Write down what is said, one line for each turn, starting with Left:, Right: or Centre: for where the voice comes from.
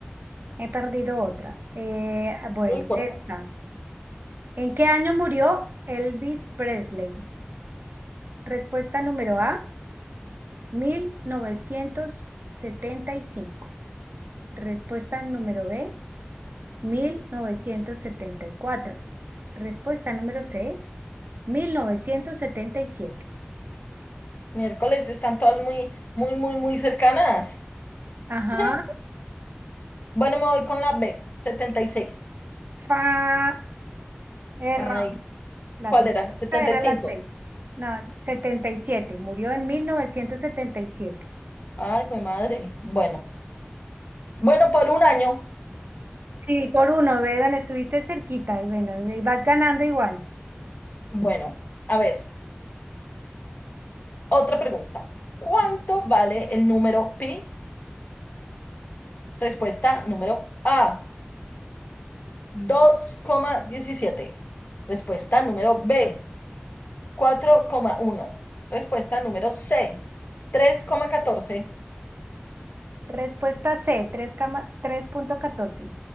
Right: he perdido otra. Eh, bueno,
Left: no importa.
Right: esta. ¿En qué año murió Elvis Presley? Respuesta número A, mil novecientos setenta y cinco Respuesta número B, mil novecientos setenta y cuatro Respuesta número C, mil novecientos setenta y siete
Left: Miércoles están todas muy, muy, muy, muy cercanas.
Right: Ajá,
Left: <laughs> Bueno, me voy con la B, setenta y seis
Right: fa, error.
Left: Ay,
Right: La
Left: ¿cuál
Right: respuesta
Left: era? setenta
Right: era
Left: y cinco
Right: la C. No, setenta y siete Murió en mil novecientos setenta y siete
Left: Ay, jue madre. Bueno, bueno, por un año.
Right: Sí, por uno, ve, bueno estuviste cerquita y bueno, y vas ganando igual.
Left: Bueno, a ver, otra pregunta. ¿Cuánto
Right: Ah,
Left: vale el número pi? Respuesta número A, dos coma diecisiete. Respuesta número B, cuatro coma uno. Respuesta número C, tres coma catorce.
Right: Respuesta C, 3,14.